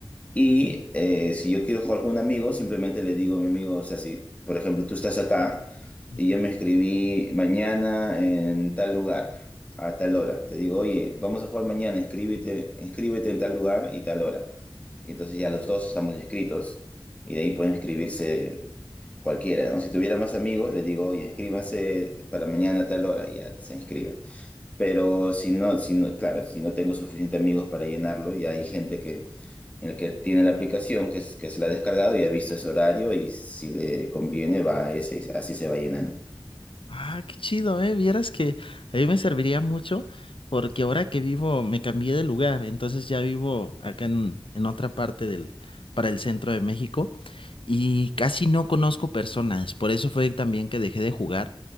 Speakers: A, on the left; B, on the left.
A: Y eh, si yo quiero jugar con un amigo, simplemente le digo a mi amigo, o sea, si por ejemplo tú estás acá
B: Ujú.
A: y yo me escribí mañana en tal lugar, a tal hora, te digo, oye, vamos a jugar mañana, inscríbete, inscríbete en tal lugar y tal hora. Y entonces ya los dos estamos inscritos y de ahí pueden
B: Ah.
A: inscribirse cualquiera, ¿no? Si tuviera más amigos, le digo, oye, inscríbanse para mañana a tal hora y ya se inscribe. Pero si no, si no, claro, si no tengo suficientes amigos para llenarlo, ya hay gente que el que tiene la aplicación, que, es- que se la ha descargado y ha visto ese horario y si le conviene va a ese y así se va llenando.
B: Ah, qué chido, ¿eh? Vieras que a mí me serviría mucho porque ahora que vivo me cambié de lugar, entonces ya vivo acá en, en otra parte del, para el centro de México y casi no conozco personas, por eso fue también que dejé de jugar,